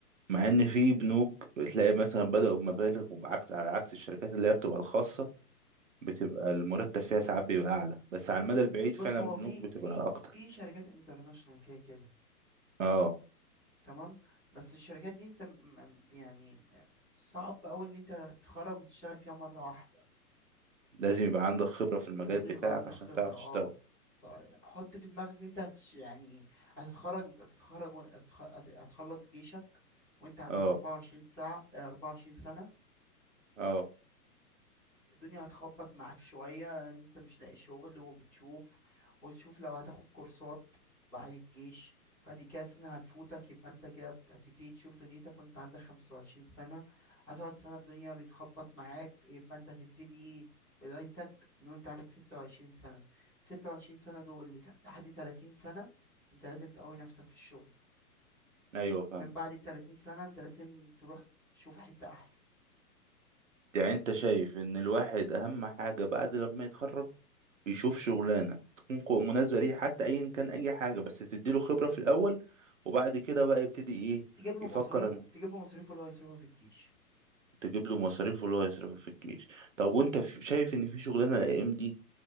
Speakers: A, on the right; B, in the centre.
A: مع ان في بنوك بتلاقي مثلا بدأوا بمبالغ وعكس على عكس الشركات اللي هي بتبقى الخاصة بتبقى المرتب فيها ساعات بيبقى اعلى بس على المدى البعيد فعلا
B: بص هو
A: البنوك
B: في
A: بتبقى
B: في
A: اكتر
B: في شركات انترناشونال كده كده
A: اه
B: تمام بس الشركات دي انت م- م- يعني صعب قوي ان انت تتخرج وتشتغل فيها مرة واحدة
A: لازم يبقى عندك خبرة في المجال
B: لازم
A: بتاعك
B: يبقى عندك
A: عشان
B: خبرة
A: تعرف تشتغل
B: اه ف- حط في دماغك ان انت هتش يعني هتتخرج هتتخرج وهتخ- هت- هتخلص جيشك وانت عندك
A: اه
B: 24 ساعة 24 سنة
A: اه
B: الدنيا هتخبط معاك شوية إن انت مش لاقي شغل وبتشوف وتشوف لو هتاخد كورسات بعد الجيش فدي كده سنة هتفوتك يبقى انت كده بت- هتبتدي تشوف دنيتك وانت عندك خمسة وعشرين سنة هتقعد سنة الدنيا بتخبط معاك يبقى انت هتبتدي بدايتك من وانت عندك ستة وعشرين سنة ستة وعشرين سنة دول لح- لحد تلاتين سنة انت لازم تقوي نفسك في الشغل
A: ايوه فاهم
B: من بعد التلاتين سنة انت لازم تروح تشوف حتة أحسن
A: يعني انت شايف ان الواحد اهم حاجة بعد لما يتخرج يشوف شغلانة تكون كو- مناسبة ليه حتى ايا كان اي حاجة بس تديله خبرة في الاول وبعد كده بقى يبتدي ايه
B: تجيب له
A: يفكر
B: مصاريفه
A: ان
B: تجيب له مصاريفه اللي هو يصرفها في الجيش
A: تجيب له مصاريف اللي هو يصرفها في الجيش طب وانت ف- شايف ان في شغلانة الايام دي